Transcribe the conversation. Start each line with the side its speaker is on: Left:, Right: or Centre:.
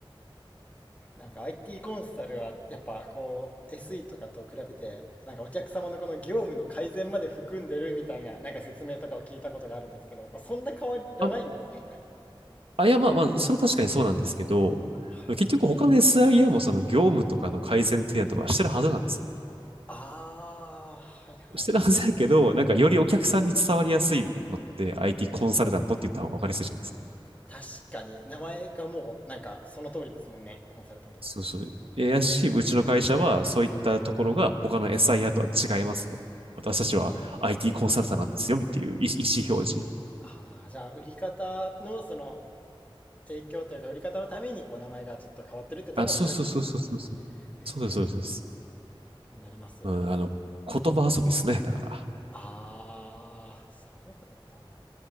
Left: なんか IT コンサルはやっぱこう SE とかと比べてなんかお客様のこの業務の改善まで含んでるみたいななんか説明とかを聞いたことがあるんですけど、まあ、そんな変わらないんですね。
Right: あ、もうあ、いや、まあまあ、それは確かにそうなんですけど、
Left: はい。
Right: 結局他の SIA もその業務とかの改善提案とかしてるはずなんですよ。
Left: ああ、はいはい。
Right: してるはずだけど、なんかよりお客さんに伝わりやすいのって IT コンサルタントって言った方が分かりやすいじゃないですか。
Left: 確かに名前がもうなんかその通りですもんね。コンサルタントだと。
Right: そうそう。えやし、うちの会社は、そういったところが他の SIR とは違いますよ。私たちは IT コンサルタントなんですよ、っていう意意思表示。
Left: ああ、じゃあ売り方のその影響というか売り方のためにこう名前がちょっと変わってるってところもあるんですね。
Right: あ、そうそうそうそうそうそう。
Left: ええ、
Right: そうです、そうです。そうです
Left: 勉強になります。
Right: うん、あの、言葉遊びですね、だから。
Left: ああ、そうだったんだ。